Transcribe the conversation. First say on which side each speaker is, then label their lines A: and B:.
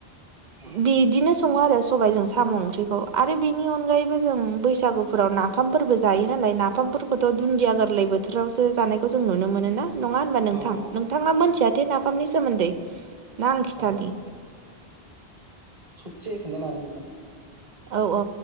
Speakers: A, on the right; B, on the right.
A: उम
B: बिदिनो सङो आरो सबायाइजों साम' ओंख्रिखौ आरो बिनि अनगायैबो जों बैसागुफोराव नाफाम। नाफामफोरबो जायो नालाय नाफामफोरखौथ' दुन्दिया गोरलै बोथोरावसो जानायखौ जों नुनो मोनो ना नङा होनबा नोंथां।
A: औ
B: नोंथाङा मोनथियाथे
A: नंगौ
B: नाफामनि सोमोन्दै ना आं खिथानि।
A: ओहो सुसे खोनथानो होन नोंथां।
B: औ औ।